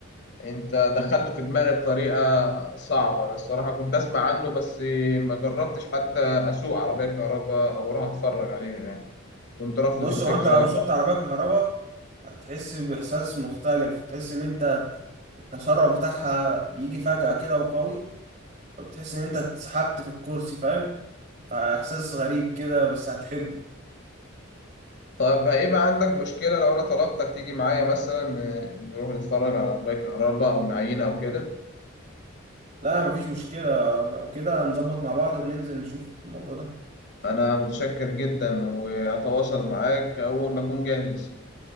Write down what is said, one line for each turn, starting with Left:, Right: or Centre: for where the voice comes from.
Left: انت دخلته في دماغي بطريقة صعبة انا الصراحة كنت اسمع عنه بس ما جربتش حتى اسوق عربية كهرباء او اروح اتفرج عليها يعني كنت رافض
Right: بص
Left: الفكرة
Right: هو انت لو سوقت عربيه كهرباء هتحس باحساس مختلف تحس ان انت التسارع بتاعها بيجي فجأة كده وقوي فبتحس ان انت اتسحبت في الكرسي فاهم فاحساس غريب كده بس هتحبه
Left: طب هيبقى عندك مشكلة لو انا طلبتك تيجي معايا مثلا آه، نروح نتفرج على عربية كهرباء او نعينها او كده
Right: لا مفيش مشكله لو كده نظبط مع بعض وننزل نشوف الموضوع ده
Left: أنا متشكر جدا وهتواصل معاك أول ما أكون جاهز